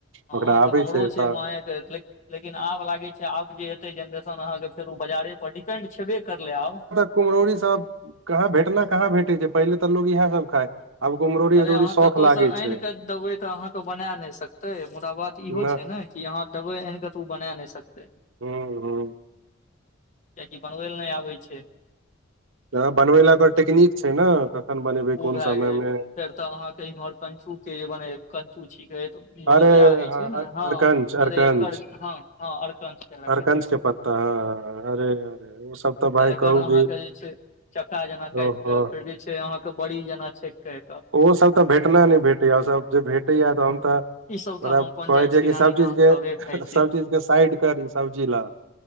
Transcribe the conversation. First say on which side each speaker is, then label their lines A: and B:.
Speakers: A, on the left; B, on the right.
A: हँ
B: ओकरा
A: तऽ
B: आबै
A: हमरो छै
B: तऽ
A: माय लेकिन आब लागै छै आब जे एते जेनरेशन अहाँके फेर ओ बाजारे पर डिपेंड छेबे करलै आब
B: कुमहड़ीरी सब कहाँ भेटना कहाँ भेटै छै पहिले तऽ लोग इह सब खाय आब कुम्हरौरी
A: अरे
B: अदौरी
A: अहाँ
B: शौख
A: कतहुसँ
B: लागै
A: आन
B: छै
A: कऽ देबै तऽ अहाँके बना नहि सकतै मुदा बात
B: न
A: इहो छै ने कि अहाँ दबै एन क त ओ बनाय नहि सकतै
B: हँ हँ
A: किआकि बनबै लए नहि आबै छै
B: त बनबै ला ओकर टेकनीक छै ने कखन बनेबै
A: ओ
B: कोन
A: भऽ
B: समय
A: गेल
B: मे
A: फेर तऽ अहाँके इमहर <unintelligible> किछु के जे बने किछु छै। मोरमिया
B: अरे
A: होइ छै ने हँ
B: अरकंच अरकंच
A: अरे एकर ह ह अरकंच कह तऽ
B: अरकंच के पत्ता हँ अरे अरे ओ सब तऽ भाय
A: एकर
B: कहू
A: अहाँके
B: कि
A: जे छै, चक्का जेना काटि
B: ओहो
A: कऽ फेर छै अहाँके बड़ी जेना छैन के
B: ओहोसभ तऽ भेटना नहि भेटैया ओसभ जे भेटैया तऽहन तऽ
A: ई सब तऽ
B: पर
A: हम
B: आब
A: अपन
B: कहै
A: जाइ
B: छै
A: छी
B: कि
A: नानी
B: सभ
A: गाम
B: चीज
A: हम
B: के
A: तबे खाइ छी
B: सभ चीज के साइड करी ई सब्जी लऽ